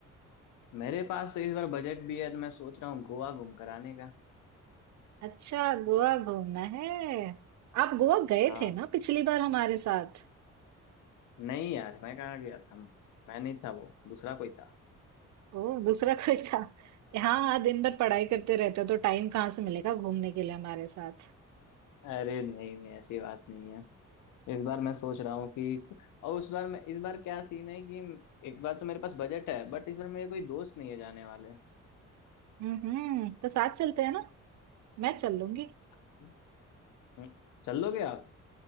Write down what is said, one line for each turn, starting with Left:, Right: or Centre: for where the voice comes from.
Left: मेरे पास तो इस बार बजट भी है तो मैं सोच रहा हूँ गोवा घूम कर आने का
Right: अच्छा गोवा घूमना है आप गोवा गए
Left: हाँ
Right: थे ना पिछली बार हमारे साथ
Left: नहीं यार मैं कहाँ गया था मैं नहीं था वो दूसरा कोई था
Right: ओ दूसरा कोई था हाँ हाँ दिन भर पढ़ाई करते रहते हो तो टाइम कहाँ से मिलेगा घूमने के लिए हमारे साथ
Left: अरे नहीं नहीं ऐसी बात नहीं है इस बार मैं सोच रहा हूँ कि और उस बार मैं इस बार क्या सीन है कि एक बार तो मेरे पास बजट है बट इस बार मेरे कोई दोस्त नहीं है जाने वाले
Right: हम्म हम्म तो साथ चलते हैं ना मैं चल लूंगी
Left: साथ में। हम्म, चल लोगे आप